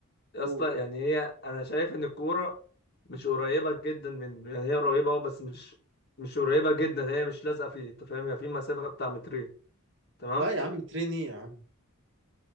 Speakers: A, on the left; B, on the right.
A: يا
B: أوه.
A: اسطى يعني هي انا شايف ان الكوره مش قريبه جدا منه يعني هي قريبه اه بس مش مش قريبه جدا هي مش لازقه فيه انت فاهم يعني في مسافه بتاع مترين تمام
B: لا يا عم ترين ايه يا عم